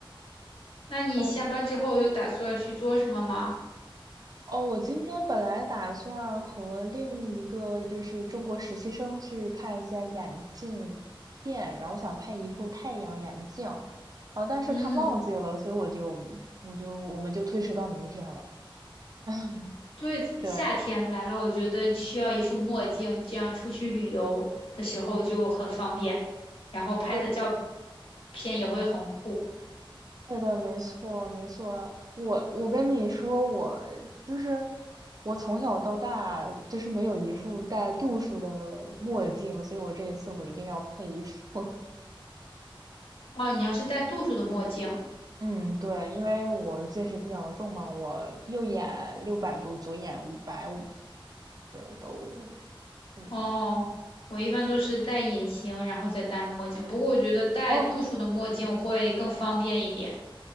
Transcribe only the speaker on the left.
那你下班之后有打算去做什么吗？
嗯，
对，
夏天来了，我觉得需要一副墨镜，这样出去旅游的时候就很方便，然后拍的照
片也会很酷。
哦，你要是戴度数的墨镜，
哦，我一般都是戴隐形，然后再戴墨镜。不过我觉得戴度数的墨镜会更方便一点。